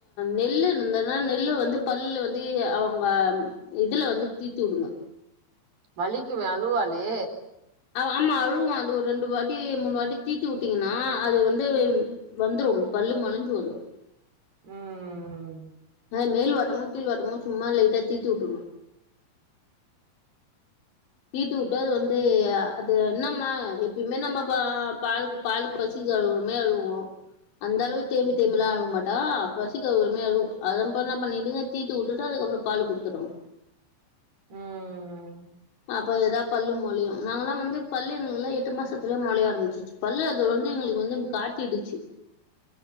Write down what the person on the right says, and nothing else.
வலிக்குமே அழுவாலே
ம்
ம்
ம்